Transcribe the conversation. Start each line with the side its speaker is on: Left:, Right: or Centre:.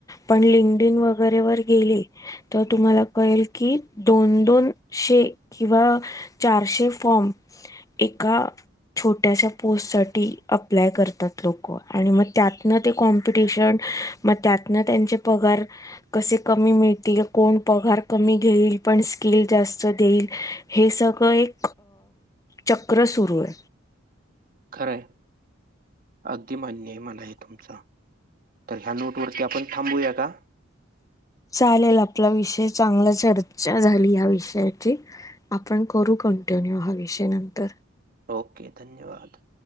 Left: पण लिंक्डइन वगैरे वर गेली तर तुम्हाला कळेल की दोन दोन शे किंवा चारशे फॉर्म, एका छोट्याश्या पोस्टसाठी अप्लाय करतात लोक आणि मग त्यातनं ते कॉम्पिटिशन. मग त्यातन त्यांचे पगार कसे कमी मितील? कोण पगार कमी घेईल. पण स्किल जास्त देईल हे सगळं एक चक्र सुरू ए.
Right: खरय अगदी मान्य आहे, मला आहे तुमचं. तर ह्या नोटवरती आपण थांबूया का?
Left: चालेल आपला विषय चांगला चर्चा झाली या विषयाची. आपण करू कंटिन्यू हा विषय नंतर.
Right: ओके, धन्यवाद.